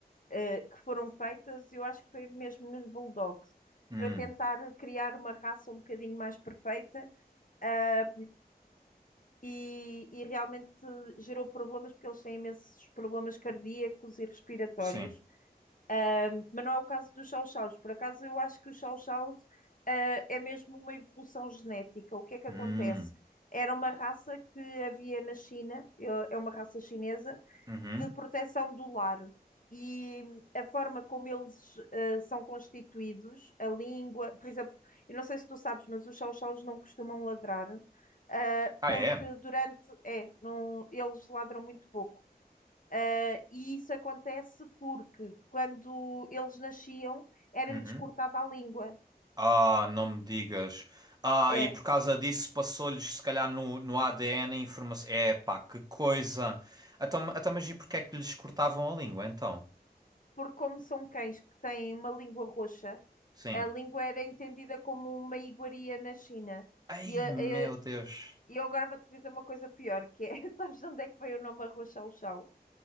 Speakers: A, on the left; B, on the right.
A: eh, que foram feitas, eu acho que foi mesmo nos Bulldogs,
B: Hum,
A: para tentar criar uma raça um bocadinho mais perfeita, ah, e, e realmente gerou problemas, porque eles têm imensos problemas cardíacos e respiratórios.
B: sim.
A: Um, mas não é o caso dos chow-chows. Por acaso, eu acho que os chow-chows, uh, é mesmo uma evolução genética. O que é que
B: Hum,
A: acontece? Era uma raça que havia na China, eu- é uma raça chinesa,
B: uhum.
A: de proteção do lar. E a forma como eles uh, são constituídos, a língua, por exemplo, eu não sei se tu sabes, mas os chow-chows não costumam ladrar, uh,
B: Ah,
A: porque
B: é?
A: durante, é, não, eles ladram muito pouco ah, e isso acontece porque quando eles nasciam era-lhes
B: Uhum.
A: cortada a língua.
B: Ah, não me digas. Ah,
A: É,
B: e por causa disso passou-lhes, se calhar, no, no ADN a informação. É, pá, que coisa. Então, então, mas e porque é que lhes cortavam a língua, então?
A: porque como são cães que têm uma língua roxa,
B: Sim.
A: a língua era entendida como uma iguaria na China.
B: Ai,
A: E, a-
B: meu
A: a-
B: Deus.
A: e eu agora vou-te dizer uma coisa pior, que é, <laughs> sabes de onde é que veio o nome Arroz Chau Chau?